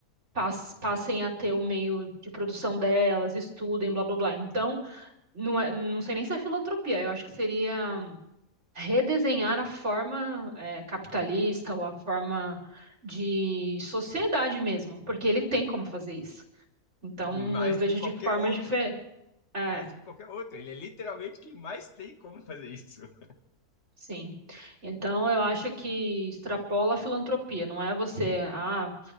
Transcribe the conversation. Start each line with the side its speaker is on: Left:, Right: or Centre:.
Right: pas- passem a ter o meio de produção delas, estudem, blá blá blá. Então, não é- não sei nem se é filantropia, eu acho que seria redesenhar a forma eh, capitalista ou a forma de sociedade mesmo, porque ele tem como fazer isso. Então,
Left: Mais
Right: eu vejo
Left: do que qualquer
Right: de formas
Left: outro,
Right: diferentes. É,
Left: mais do que qualquer outro. Ele é literalmente quem mais tem como fazer isso. <laughs>
Right: sim. Então, eu acho que extrapola a filantropia. Não é você, ah,